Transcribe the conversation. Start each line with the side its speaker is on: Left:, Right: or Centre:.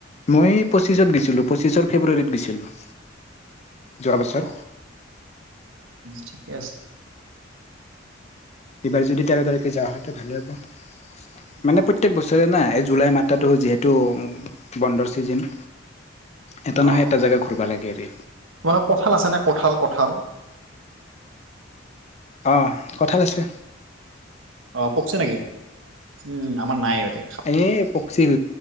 Left: মই পঁচিছত গিছিলোঁ পঁচিছৰ ফেব্ৰুৱাৰীত গৈছিলোঁ। যোৱা বছৰ
Right: অ ঠিকে আছে।
Left: এইবাৰ যদি তেৰ তাৰিখে যাওঁ হয়টো ভালেই হ'ব। মানে
Right: অ
Left: প্ৰত্যেক বছৰে না জুলাই মাত্ৰাটো যিহেতু বন্দৰ ছিজন এটা নহয়
Right: অ
Left: এটা জেগা ঘূৰিব লাগে আৰু
Right: মানে কঠাল, আছে নে কঠাল, কঠাল
Left: অঁ কঁঠাল, আছে।
Right: অ পকচে নেকি উম আমাৰ নাই ইয়াতে
Left: এ পকছিল